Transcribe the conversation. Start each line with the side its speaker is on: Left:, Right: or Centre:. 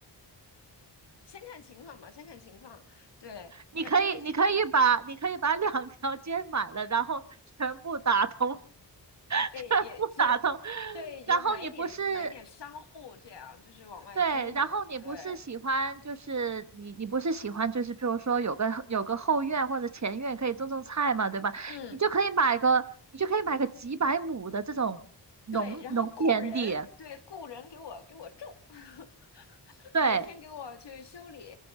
Left: 先看情况吧，先看情况，对，
Right: 你可以，
Left: 呃因为这边
Right: 你可以把，你可以把两条街买了，然后全部打通，<laughs>
Left: 哎也这
Right: 全部打通。
Left: 对也买一点买一点商户这样，
Right: 然后你不是，
Left: 就是往外租嘛，
Right: 对，然后你不是喜欢，
Left: 对。
Right: 就是你你不是喜欢，就是譬如说有个有个后院或者前院可以种种菜嘛，对吧？
Left: 嗯。
Right: 你就可以买个，你就可以买个几百亩的这种农农田地，
Left: 对，然后雇人，对，雇人给我给我种，<laughs>
Right: 对，
Left: 每天给我去修理，